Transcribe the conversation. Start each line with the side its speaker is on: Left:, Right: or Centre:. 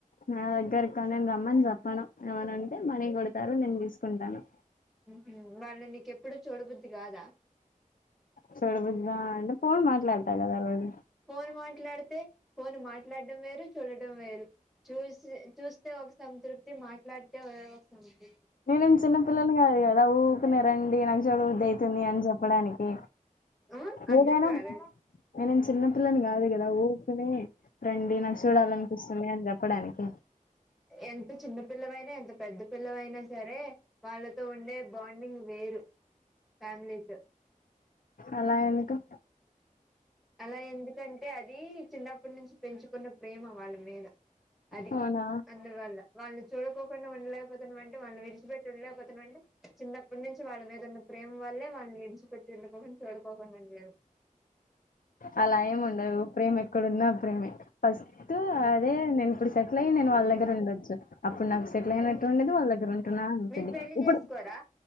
Left: నా దగ్గరకా నేను రమ్మని చెప్పను ఎమనంటే మనీ కొడతారు నేను తీసుకుంటాను
Centre: హ్మ్ హు వాళ్ళు నీకు ఎప్పుడు చూడబుద్ది కాదా
Left: చూడబుద్దా అంటే ఫోన్ మాట్లాడతా కదా రోజు
Centre: ఫోన్ మాట్లాడితే ఫోన్ మాట్లాడం వేరు చూడడం వేరు చూసి చూస్తే ఒక సంతృప్తి మాట్లాడితే ఎ వస్తూన్ మీకీ
Left: నేను ఏం చిన్న పిల్లని కాదు కదా ఊకునే న రండి నాకు చూడబుధైతుంది అని చెప్పడానికి
Centre: ఆ అర్ధం
Left: ఏదైనా
Centre: కాలేదు
Left: నేనేం చిన్న పిల్లని కాదు కదా ఊకనే రండి నాకు చూడాలనిపిస్తుంది అని చెప్పడానికి
Centre: ఎంత చిన్న పిల్లవైనా ఎంత పెద్ద పిల్లవైనా సరే వాళ్ళతో ఉండే బాండింగ్ వేరు ఫ్యామిలీతో
Left: అలా ఎందుకు
Centre: అలా ఎందుకంటే అది చిన్నప్పటి నుంచి పెంచుకున్న ప్రేమ వాళ్ళ మీద అది
Left: అవునా
Centre: అందువల్ల వాళ్ళు చూడకోకుండా ఉండలేకపోతున్నామంటే వాళ్ళని విడిచిపెట్టి ఉండలేకపోతున్నా అంటే చిన్నప్పటి నుంచి వాళ్ళ మీద ఉన్న ప్రేమ వ అల్లే వాళ్ళని విడిచిపట్టి ఉండకోకున్న చూడుకోకుండ ఉండ లేవు
Left: అలా ఏమి ఉండదు ప్రేమ ఎక్కడున్నా ప్రేమే ఫస్ట్ అదే నేను ఇప్పుడు సె సెట్లయ్ నేను వాళ్ళ దగ్గర ఉండోచ్చు అప్పుడు నాకు సెట్ల అయిన టు ఉండదు వాళ్ళ దగ్గర ఉంటున్నా అని ఉంటది
Centre: మీరు పెళ్లి
Left: ఇప్పుడు
Centre: చేసుకోరా